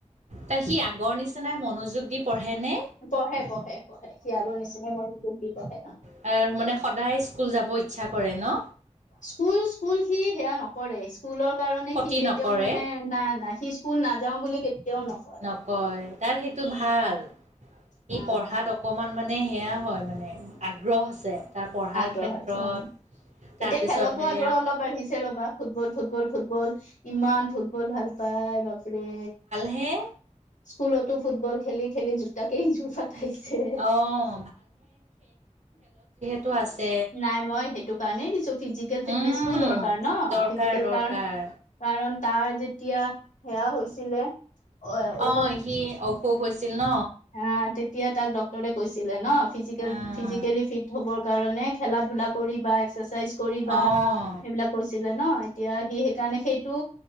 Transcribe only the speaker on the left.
পঢ়ে পঢ়ে পঢ়ে সি আগৰ নিচিনা মনযোগ দি পঢ়ে।
স্কুল স্কুল সি সেয়া নকৰে স্কুলৰ কাৰণে
সি কেতিয়াও
মানে না না সি স্কুল নাযাও বুলি কেতিয়াও ন
আ,
আগ্ৰহ
আছে অ'
এতিয়া খেলতো
আগ্ৰহ অলপ বাঢ়িছে ৰ'বা। ফুটবল ফুটবল ফুটবল ইমান ফুটবল ভাল পায় বাপৰে।
স্কুলতো ফুটবল খেলি খেলি তাক জোৰ পতাইছে।
নাই মই সেই কাৰণে কিছ ফিজিকেল ফিটনেছ
টো দৰকাৰ ন।
ফিজিকেল
কাৰণ কাৰণ তাৰ যেতিয়া সেয়া হৈছিলে অ
অ তেতিয়া তাক ডটৰে কৈছিলে ন ফিজিকেল
ফিজিকেলি ফিট হ'বৰ কাৰণে খেলা ধূলা কৰিব এক্সাৰচাইজ কৰিবা
সেইবিলাক কৈছিলে ন এতিয়া সি সেইকাৰণে সেইটো